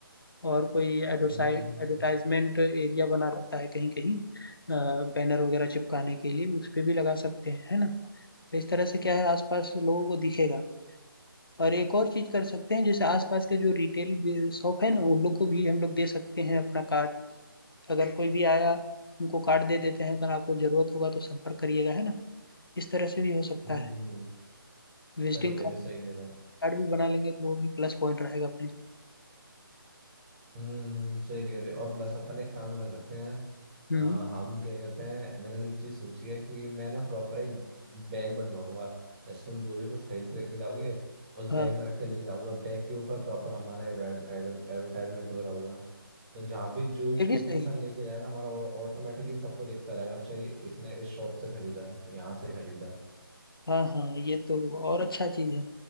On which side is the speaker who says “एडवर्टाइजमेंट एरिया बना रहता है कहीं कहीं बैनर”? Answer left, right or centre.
Left